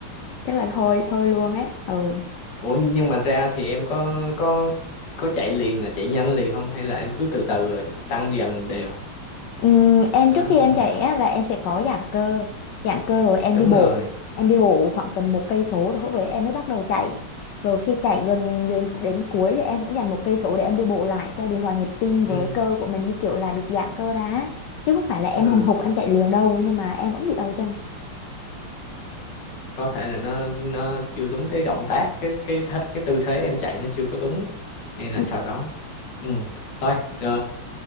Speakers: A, on the left (about 75°); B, on the left (about 50°).
A: chắc là thôi thôi luôn ấy. Ừ.
B: Ủa nhưng mà ra thì em có có có chạy liền là chạy nhanh liền không hay là em cứ từ từ rồi tăng dần đều
A: Ừm, em
B: à,
A: trước khi em chạy á, là em sẽ có giãn cơ giãn cơ rồi em
B: đúng
A: đi bộ
B: rồi
A: em đi bộ khoảng tầm một cây số rồi lúc đấy em mới bắt đầu chạy rồi khi chạy gần đến đến cuối thì em cũng dành một cây số để em đi bộ lại cho điều hòa nhịp tim
B: ừ,
A: với cơ của mình như kiểu là được giãn cơ ra á. chứ không phải là em
B: ừ
A: hùng hục em chạy liền đâu nhưng mà em vẫn bị đau chân
B: có thể là nó nó chưa đúng cái động tác cái cái thế- cái tư thế em chạy nó chưa có đúng hay là
A: ừ.
B: sau đó ừ thôi ờ,